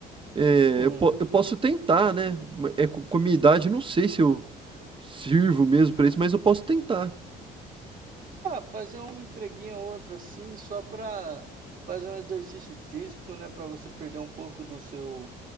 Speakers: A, on the right; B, on the right.
A: É,
B: Hum.
A: eu, po- eu posso tentar, né? É, co- com a minha idade, eu não sei se eu sirvo mesmo pra isso, mas eu posso tentar.
B: Ah, fazer uma entreguinha ou outra assim, só para fazer um exercício físico, né? Para você perder um pouco do seu,